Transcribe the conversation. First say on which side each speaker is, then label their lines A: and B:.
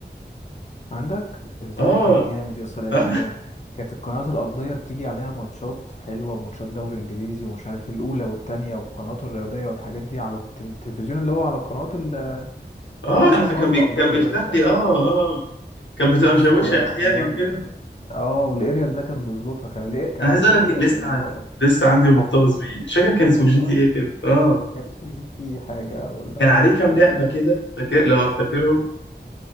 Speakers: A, on the left; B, on the left.
A: عندك البتاع
B: اه
A: ده كان جامد يا اسطى لأن
B: اه <laughs>
A: كانت كانت القنوات الأرضية بتيجي عليها ماتشات حلوة ماتشات دوري إنجليزي ومش عارف إيه الأولى والتانية والقنوات الرياضية والحاجات دي على الت- التلفزيون اللي هو على القنوات ال-
B: اه
A: مش عارف كان
B: انا
A: اسمها
B: فكان
A: القنوات
B: بي...
A: الأرضية
B: كان بيفتح
A: بقى صح؟
B: لي اه اه كان بتبقى
A: يا اسطى
B: مشوشه احيانا
A: الموبايل
B: كده
A: اه والاريال ده كان بيظبطها كان ليه كان
B: انا عايز
A: في
B: اقول لك
A: اريال
B: لسه
A: في الموبايل
B: عندي لسه عندي ومحتفظ بيه مش فاكر كان اسمه
A: والله
B: جي تي ايه كده اه
A: كان اسمه جي تي حاجة ولا
B: كان عليه
A: مش
B: كام
A: فاكر
B: لعبه كده فاكر لو فاكرهم